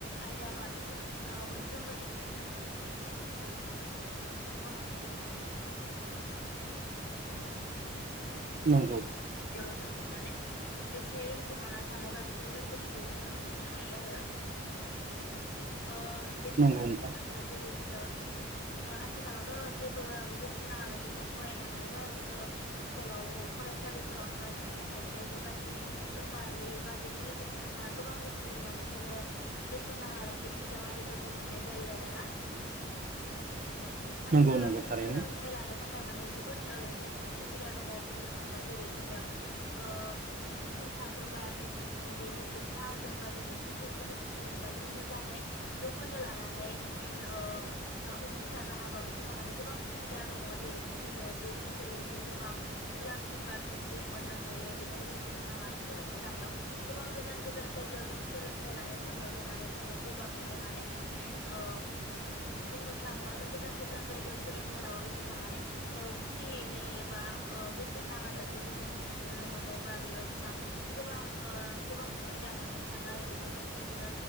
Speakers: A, on the left (about 70°); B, on the right (about 40°).
A: आयदा बा बेफोर ओ मोनफ्रोमबो जे <unintelligible>
B: नंगौ।
A: ओ जोंहा माने बिसोरनि रोंखुमाना थानाय बा बिसोरनि रोंगौथिखौ जोङो मिथिनो हायो आरो। उम बेजों
B: नंगौ
A: लोगोसे
B: नोंथां
A: जोंहा जेरै जोङो ओ आथिखालावथ' जेबो बेसेन नाङालासे जों फरायनो हायोबा जोङो स्कुलाव फरायसालिफोरावनो बा जोङो साइकेल बेबदिबो जोंनो सरकारा होयो बा बेजों लोगोसे जोंहा गोबां रोखोमनि माने जोङो बेसेन नाङा लासे बिजाब आरिफोरबो मोननाय जायो आरो ना। ओ‌ आथिखालाव
B: नंगौ नंगौ
A: जोङो
B: थारैनो
A: सोलोंथाइ लानो थाखाय माने जोबोद ओ जेनेबा सुबिदा दङ' बुंनो थाङोबा जेरै जोङो ओ‌ जि थाखोबा बेबो बेनि जोब था आनजादबा जों ओएस एस एलसिखो जेनेबा जों मोजाङै जौखोन्दो लानानै ओ ओ उथ्रिसारनो हाबाबो जोंहा माने गोबां सुबिदा दङ' जेरैहाय जोङो बेफोरनि जोहै जों गोबां स्कलारशिप बा बेफोरखौ मोननो हायो बेजों लोगोसे जोंहा माने सोलोंथाय लानायाव गोबां गोजान गोज जान जायगायाव जों सोलोंथाइ लानो थांब्लाबो माने जोङो गोबाङैनो माने ओ बुंनो थाङोबा जों गोजान गोजान जायगायाव सोलोंथाइ लाबाबो जोंहा माने ओ फ्रियैनो एबा ओ बेसेन नाङाजासे जोङो मुं थिसनो मोनो बा बेयाव जोंहा गोबां ओ गोबां सुबि दा मोननो थाङो आरो बेजों लोगोसे जोङो